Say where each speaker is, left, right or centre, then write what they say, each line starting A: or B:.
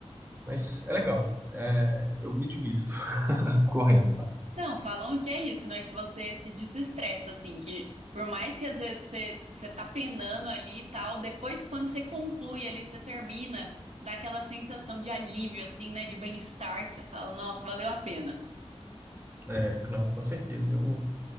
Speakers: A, on the right (about 20°); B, on the right (about 75°).
A: Mas é legal. É, eu me divirto <laughs> correndo.
B: Não, falam que é isso, né? Que você se desestressa, assim, que por mais que às vezes você, você tá penando ali e tal, depois quando você conclui ali, você termina, dá aquela sensação de alívio, assim, né? De bem-estar, que você fala, nossa, valeu a pena.
A: É, não, com certeza. Eu,